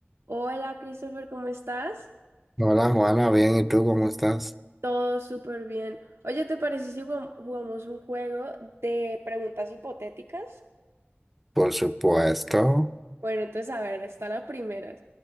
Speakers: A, on the right; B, in the centre.
A: Hola Christopher, ¿cómo estás?
B: Hola Juana, bien, ¿y tú cómo estás?
A: Todo súper bien. Oye, ¿te parece si jugam- jugamos un juego de preguntas hipotéticas?
B: Por supuesto.
A: Bueno, entonces a ver, está la primera.